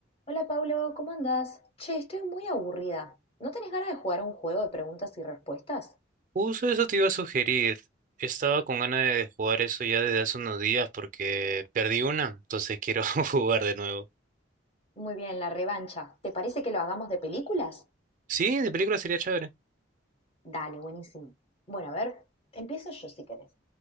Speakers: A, on the left; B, on the right.
A: Hola Pablo, ¿cómo andás? Che, estoy muy aburrida. ¿No tenés ganas de jugar a un juego de preguntas y respuestas?
B: Justo eso te iba a sugerir. Estaba con ganas de jugar eso ya desde hace unos días porque perdí una, entonces quiero <laughs> jugar de nuevo.
A: Muy bien, la revancha. ¿Te parece que lo hagamos de películas?
B: Sí, de película sería chévere.
A: Dale, buenísimo. Bueno, a ver, empiezo yo si querés.